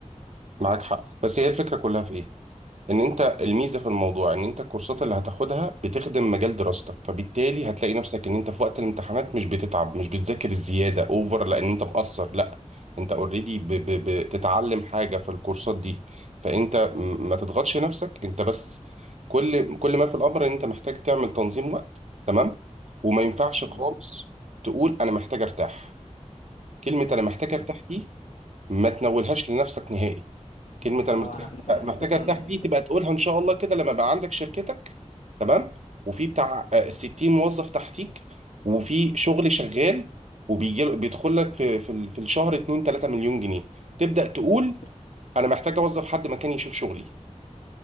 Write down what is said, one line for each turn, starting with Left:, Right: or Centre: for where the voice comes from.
Right: معاك حق بس هي الفكره كلها في ايه ان انت الميزه في الموضوع ان انت الكورسات اللي هتاخدها بتخدم مجال دراستك فبالتالي هتلاقي نفسك ان انت في وقت الامتحانات مش بتتعب مش بتذاكر الزياده اوفر لان انت مقصر لا انت اوريدي بتتعلم حاجه في الكورسات دي فانت م- ما تضغطش نفسك انت بس كل كل ما في الامر ان انت محتاج تعمل تنظيم وقت تمام وما ينفعش
Left: ايوه
Right: خالص تقول انا محتاج ارتاح كلمه انا محتاج
Left: بالظبط.
Right: ارتاح دي ما تنولهاش لنفسك نهائي كلمة أنا مرتاح
Left: اه انا في الف... الفترة
Right: محتاج أرتاح
Left: اللي
Right: دي
Left: الفت...
Right: تبقى تقولها إن شاء الله كده لما يبقى عندك شركتك تمام وفي بتاع آه، 60 موظف تحتيك وفي شغل شغال وبيجي بيدخل لك في في ال- في الشهر 2 3 مليون جنيه تبدأ تقول
Left: الفترة
Right: أنا محتاج أوظف حد مكاني يشوف شغلي